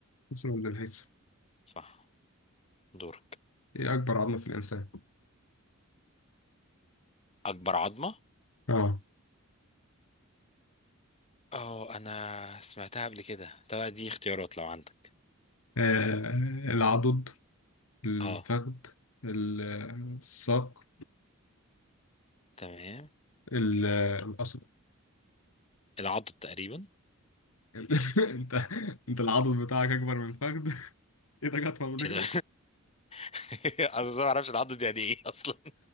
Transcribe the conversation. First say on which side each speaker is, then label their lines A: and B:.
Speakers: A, on the left; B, on the left.
A: اسمه ابن الهيثم
B: صح دورك
A: ايه اكبر عظمه في الانسان
B: أكبر عظمة
A: اه
B: اه أنا سمعتها قبل كده طب دي اختيارات لو عندك
A: آه، العضد الفخذ
B: اه
A: ال- الساق
B: تمام
A: ال- القصر
B: العضد تقريبا
A: ال- <laughs> انت انت العضد بتاعك اكبر من الفخذ <laughs> ايدك اطول من
B: ايه
A: رجلك
B: ده <laughs> انا بس ما اعرفش العضه دي يعني ايه اصلا